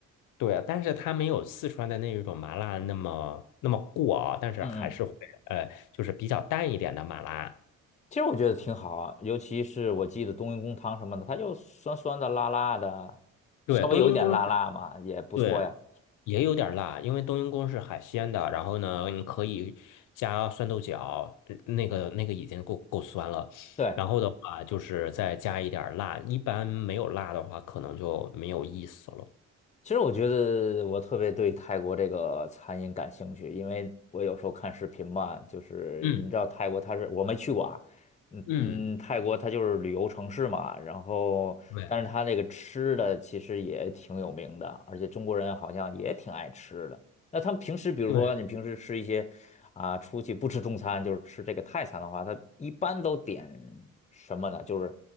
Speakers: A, on the left; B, on the left.
A: 对，但是它没有四川的那一种麻辣那么那么过啊，但是还是会呃，
B: 嗯嗯。
A: 就是比较淡一点的麻辣。
B: 其实我觉得挺好啊尤其是我记得冬阴功汤什么的，它就酸酸的、辣辣的，
A: 对，
B: 稍微有一点辣辣嘛，
A: 冬阴功是
B: 也不错呀。
A: 对，也有点儿辣，因为冬阴功是海鲜的。然后呢，你可以加酸豆角，呃那个那个已经够够酸了。
B: 对，
A: 然后的话，就是再加一点儿辣。一般没有辣的话，可能就没有意思了。
B: 其实我觉得我特别对泰国这个餐饮感兴趣，因为我有时候看视频嘛，就是你知道泰国它是我没去过啊，
A: 嗯
B: 嗯嗯，
A: 嗯，
B: 泰国它就是旅游城市嘛，然后但是它那个吃的其实也挺有名的，
A: 对
B: 而且中国人好像也挺爱吃的。那他们平时比如说你平时吃一些啊，
A: 对。
B: 出去不吃中餐，就是吃这个泰餐的话，他一般都点什么呢？就是